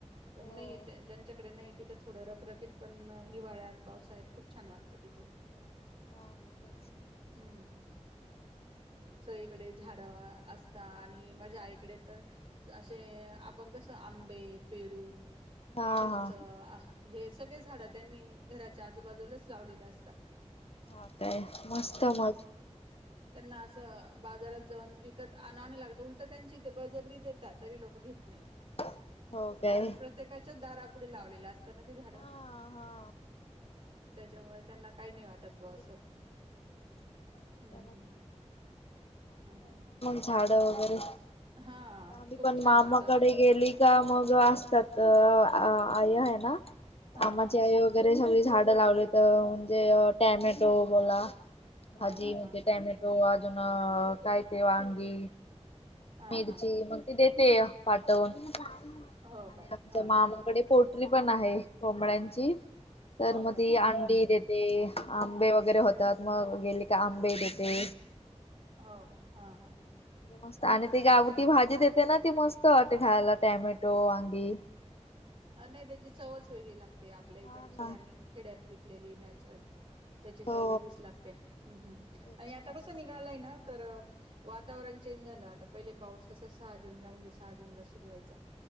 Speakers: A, on the right (about 50°); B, on the left (about 55°).
A: पण
B: हो
A: नाही येत ज्यांच्याकडे नाही हे तिथं थोडं रखरखीत पण हिवाळ्यात पावसाळ्यात खूप छान वा टत तिथे.
B: हा हा तेच.
A: हम्म सगळीकडं झाडं असता आणि माझ्या आईकडे तरं असे आपण कसं आंबे, पेरू
B: हा
A: चिंच
B: हा
A: हे सगळे झाडं त्यांनी घराच्या आजूबाजूलाच लावलेलं असता.
B: हा काय मस्त मग
A: त्यांना असं बाजारात जाऊन विकत आणाव नाही लागत उलटं त्यांची ते बळजबरी देतात तरी लोक घेत नाही.
B: <inaudible> काय
A: कारण प्रत्येकाच्या दारापुढे लावलेल्या असताना ते झाडं.
B: हा हा
A: त्याच्यामुळे त्यांना काही नाही वाट टत बुवा
B: म्हणजे
A: असं
B: त्यांना
A: हम्म हम्म हा हा.
B: झाड वगैरे
A: हा
B: आम्ही
A: खूप
B: पण
A: छान
B: मामाकडे
A: वातार
B: गेली त्या मग असतात आई हाय ना
A: हा
B: मामाची
A: हा
B: आई घरी सगळी झाडं लावलीत म्हणजे टॅमॅटो बोला
A: हा
B: भाजी
A: हा
B: म्हणजे
A: हा
B: टॅमॅटो अजून काय ते वांगी
A: हा
B: मिरची
A: हा हा
B: मग ते देते पाठवून आणि
A: हो का
B: आमच्या
A: हा
B: मामाकडे
A: हा
B: पोट री पण आहे कोंबड्यांची
A: हो
B: तर मग
A: का
B: ती
A: हा
B: अंडी
A: हा
B: दे ते आंबे वगैरें होतांत मंग गेले कां आंबे देते
A: हो कां हां हां
B: मस्तं आणि ती गावंटी भाजी देते नां ती मस्तं वाटते खांयला टॅमॅटो वांगी
A: नाहीं त्यांची चवच वेगळी लागते आपल्या इकडची
B: हा ना
A: आणि खेड्यांत पिकलेली नॅचरल त्यांची चवं
B: हो
A: वेगळीचं लागते हम्मं हम्मं
B: तेच
A: आणि आंता
B: मस्त
A: कसं निघालंय नां तरं वातांवरण चेंज झालं आंता पहिले पाऊस कसां सहा जूंनला म्हणजे सहा जूंनला सुरूं व्हायचां